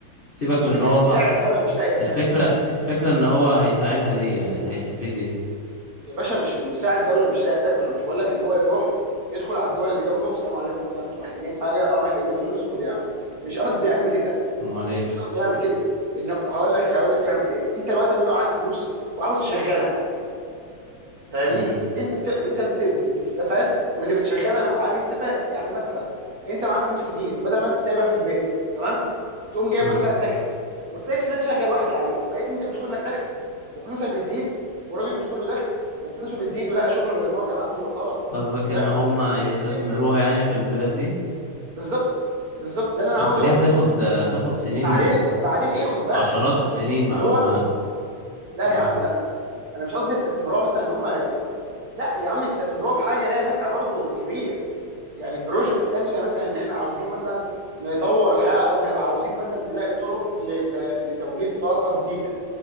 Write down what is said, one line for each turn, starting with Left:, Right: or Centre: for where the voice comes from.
Left: سيبك
Right: مش
Left: من
Right: فكره
Left: ان هو صح
Right: يساعد دوله مش لاقيه تاكل
Left: الفكرة
Right: مش كده
Left: الفكرة ان هو هيساعدها ليه يعني هيستفيد ايه
Right: يا باشا مش انه يساعد دوله مش لاقيه تاكل انا مش بقول لك ان هو يروح يدخل على الدول اللي جنبه والسلام عليكم مثلا انتوا محتاجين حاجه اه محتاجين فلوس خد يا عم مش قصدي يعمل كده
Left: امال ايه
Right: مش قصدي يعمل كده انه هقول لك هقول لك يعمل ايه انت دلوقتي لما يبقى معاك فلوس وعاوز تشغلها فاهمني
Left: امم
Right: انت بت... انت بت... بت- بتستفاد واللي بتشغلها معاه بيستفاد يعني مثلا انت معاك فلوس كتير بدل ما انت سايبها في البيت تمام تقوم جايب
Left: امم
Right: مثلا تاكسي والتاكسي ده تشغل واحد عليه بقيت انت بيدخل لك دخل وفلوسك بتزيد والراجل بيدخل له دخل وفلوسه بتزيد ولقى شغل بدل ما هو كان عنده بطاله
Left: قصدك
Right: تمام
Left: ان هما
Right: وانتوا الاثنين بتستفيدوا
Left: يستثمروها يعني في البلاد دي
Right: بالظبط بالظبط ده اللي انا
Left: بس
Right: عاوز اقوله
Left: دي هتاخد هتاخد سنين
Right: بعدين بعدين ايه خد بالك
Left: عشرات
Right: انا مش قصدي
Left: السنين
Right: يستثمروها
Left: مع بال ما
Right: لا
Left: اه
Right: يا عم لا انا مش قصدي يستثمروها مثلا ان هم لا يا عم يستثمروها في حاجه ليها نفع برضه كبير يعني بروجكت تانية مثلا ان احنا عاوزين مثلا نطور الحياه على وجه عاوزين مثلا نلاقي طرق لت... لتوليد طاقه جديده